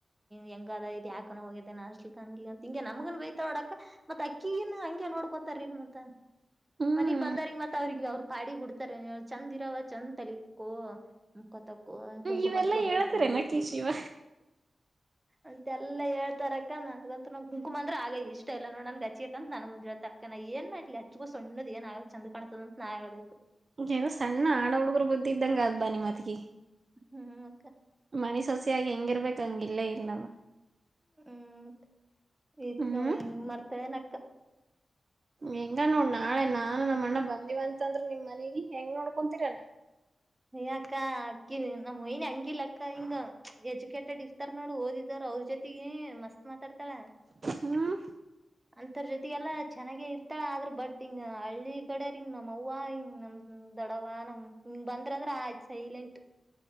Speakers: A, on the right (about 15°); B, on the right (about 45°).
A: ಹೆಂಗದ ಇ ಯಾಕಾನ ಹೋಗಿದೆನ್ಸ್ಲಿಕ್ಕ ಹಂಗ ಹಂಗೆ ನಮ್ಗನ್ ಬಯತೋಡಕ್ಕ ಮತ್ ಅಕ್ಕಿನ ಹಂಗೆ ನೋಡ್ಕೋತಾರ ಇಲ್ ಮತ್ತ
B: ಹ್ಮ್
A: ಮನಗ್ ಬಂದ್ರಗ್ ಮತ್ತತ್ ಅವ್ರಿಗೆ ಅವ್ರ ಪಾಡಿ ಬಿಡ್ತಾರೆ ಚಂದ ಇರವ ಚಂದ ತಲೆಕ್ಕ ಮುಖತ ಕುಂಕುಮ
B: ಇವೆಲ್ಲಾ
A: ಮಚ್ಕೋಬೇಕು
B: ಹೇಳತರೇನ ಕಿ ಶಿವ
A: ಅಂತೆ ಎಲ್ಲಾ ಹೇಳ್ತಾರ ನನ್ಗಂತ ನಗೆ ಕುಂಕುಮಂದ್ರ ಆ ಇಷ್ಟ ಇಲ್ಲ ನೋಡ ನನ್ಗೆ ಹಚ್ಿಕಂತ ನನ್ ಮುಂಜ ತಕನ ಏನ್ ಮಾಡ್ಲಿ ಅಚ್ಕು ಸಣ್ಣದ ಏನ್ ಆಗ ಚಂದ ಕಾಣತದಂತ ನನ್ಾಯಿ ಹೇಳದಬೇಕು
B: ಏನ ಸಣ್ಣ ಆಡ ಹುಡುಗರ ಬುದ್ಧಿ ಇದ್ದಂಗಾದ್ ಬಾನಿ ಮತಿಿ
A: ಹ್ಮ್ ಅಕ್ಕ
B: ಮನಸ ಹಸ ಆಾಗಿ ಹೆಂಗಿರ್ಬೇಕ ಹಂಗ ಇಲ್ಲೇ ಇಲ್ಲವ
A: ಹ್ಮ್
B: ಹ್ಮ್
A: ನಾವನ್ ಮಾಡ್ತಾಳ ನ
B: ಹೆಂಗ ನೋಡ್ ನಾಳೆ ನಾನು ನಮ್ಮ ಅಣ್ಣ ಬಂದಿವ ಅಂತಂದ್ರೆ ನಿಮ್ ಮನಗ ಹೆಂಗ ನೋಡ್ಕೊಂತೀರಲ್ಲ
A: ಅಯ್ಯ ಅಕ್ಕ ಅಕ್ಕಿ ನಮ್ಮ್ ಯನ್ ಹಂಗಿಿಲ್ಲ ಅಕ್ಕ ಹಿಂಗ ಎಜುಕೇಟೆಡ್ ಇರ್ತಾರ ನೋಡು ಓದಿದಾರ ಅವ್ರ ಜೊತೆಗೆ ಮಸ್ತ್ ಮಾತಾಡ್ತಾಳ
B: ಹ್ಮ್
A: ಅಂತರ ಜೊತೆ ಎಲ್ಲಾ ಚೆನ್ನಾಗೆ ಇರ್ತಾಳ ಆದ್ರ ಬಟ್ ಹಿಂಗ ಹಳ್ಳಿ ಕಡೆ ರಿಂಗ್ ನಮ್ ಅವ್ವ ಹಿಂಗ್ ನಮ್ದ ದಡವ ಹಂಗ್ ಬಂದ್ರ ಅಂದ್ರ ಆಯ್ತ್ ಸೈಲೆಂಟ್